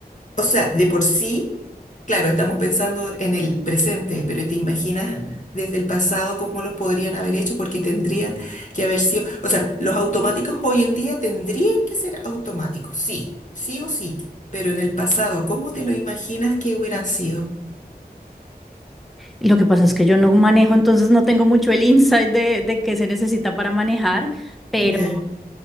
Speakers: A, on the left; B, in the centre.
A: O sea, de por sí, claro, estamos pensando en el presente, pero te imaginas desde el pasado cómo los podrían haber hecho, porque tendrían que haber sido, o sea, los automáticos hoy en día tendrían que ser automáticos, sí, sí o sí, pero en el pasado, ¿cómo te lo imaginas que hubieran sido?
B: Y Lo que pasa es que yo no manejo, entonces no tengo mucho el insight de, de qué se necesita para manejar, pero,
A: Ya,